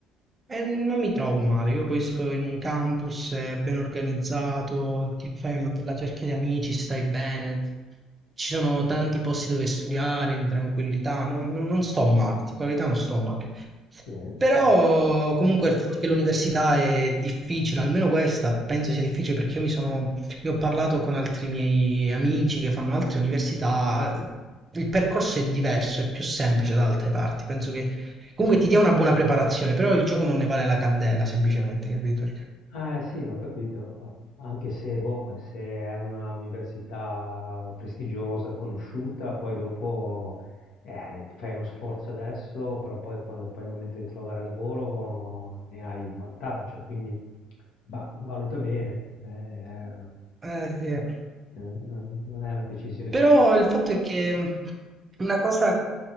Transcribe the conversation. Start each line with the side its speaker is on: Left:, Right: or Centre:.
Right: e non mi trovo male. Io poi sto in un campus eh, ben organizzato, ti fai una bella cerchia di amici, stai bene. Ci sono tanti posti dove studiare in tranquillità, non, non- non sto male, di qualità non sto male.
Left: bene,
Right: Però
Left: bene.
Right: comunque il fatto che l'università è difficile, almeno questa penso sia difficile perché io mi sono io ho parlato con altri miei amici che fanno altre università, il percorso è diverso, è più semplice da altre parti. Penso che comunque ti dia una buona preparazione, però il gioco non ne vale la candela, semplicemente, capito?
Left: Eh sì, ho capito, anche se, boh, se è una università prestigiosa, conosciuta, poi dopo eh, ti fai uno sforzo adesso, però poi quando poi è il momento di trovare lavoro ne hai un vantaggio, quindi bah, valuta bene, eh,
Right: Eh, sì.
Left: eh, non, non è una decisione
Right: Però
Left: semplice.
Right: il fatto è che una cosa